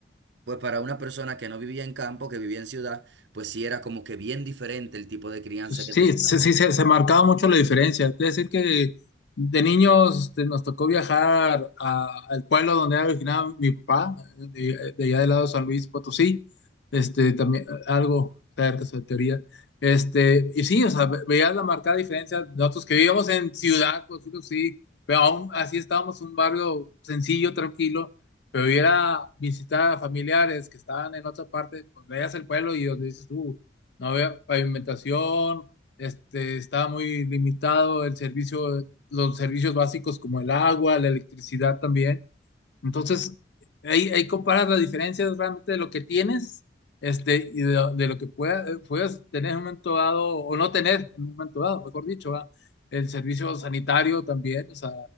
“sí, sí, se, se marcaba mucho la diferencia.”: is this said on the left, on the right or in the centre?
Left